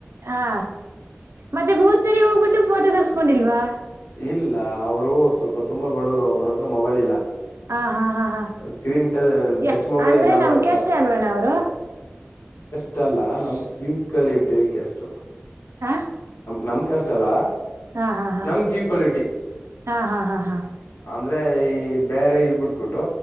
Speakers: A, on the right; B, on the left.
A: ಹಾ ಮತ್ತೆ ಮೂರ್ ಸರಿ ಹೋಗ್ಬಿಟ್ಟು ಫೋಟೋ ತಗಸ್ಕೊಂಡಿಲ್ವಾ
B: ಇಲ್ಲ ಅವರು ಸ್ವಲ್ಪ ತುಂಬಾ ಬಡವರು ಅವರ ಹತ್ರ ಮೊಬೈಲ್ ಇಲ್ಲ
A: ಹ ಹಾ ಹಾ ಹಾ
B: ಸ್ಕ್ರೀನ್
A: ಯ
B: ಟಚ್ ಮೊಬೈಲ್
A: ಅಂದ್ರೆ
B: ಇಲ್ಲ ಅವ್ರ
A: ನಮ
B: ಹತ್ರ
A: ಕ್ಯಾಸ್ಟ್ ಅಲ್ವಣ್ಣ ಅವ್ರು
B: ಇಷ್ಟಲ್ಲ ನಮ್ ಕ್ಯೂ ಕಳ ಇಟ್ಟಕ್ಕೆಷ್ಟು <unintelligible>
A: ಹ
B: ನಮ್ ಕ್ಯಾಸ್ಟ್ ಅಲ್ಲ
A: ಹಾ ಹಾ ಹಾ
B: ನಮ್ ಕ್ಯೂ ಕ್ವಾಲಿಟಿ
A: ಹಾ ಹಾ ಹಾ ಹಾ
B: ಅಂದ್ರೆ ಈ ಬೇರೆ ಇದ್ ಬಿಟ್ಬಿಟ್ಟು